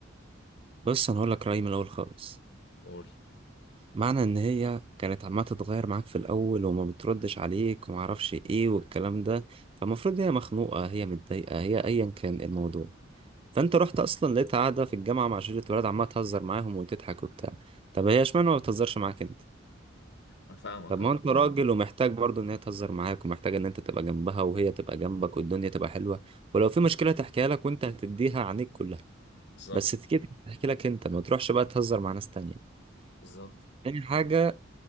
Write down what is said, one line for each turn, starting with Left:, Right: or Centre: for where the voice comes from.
Right: بص انا هقول لك رايي من الاول خالص
Left: قول
Right: معنى ان هي كانت عماله تتغير معاك في الاول وما بتردش عليك وما اعرفش ايه والكلام ده فالمفروض هي مخنوقه هي متضايقه هي ايا كان الموضوع فانت رحت اصلا لقيت قاعده في الجامعه مع شله ولاد عماله تهزر معاهم وتضحك وبتاع طب هي اشمعنى ما بتهزرش معاك انت
Left: انا فاهمك
Right: طب ما
Left: اه
Right: هو انت راجل ومحتاج برضه ان هي تهزر معاك ومحتاج ان انت تبقى جنبها وهي تبقى جنبك والدنيا تبقى حلوه ولو في مشكله تحكيها لك وانت هتديها عينيك كلها
Left: بالظبط
Right: بس تكيت تحكي لك انت ما تروحش بقى تهزر مع ناس تانية
Left: بالظبط
Right: تاني حاجه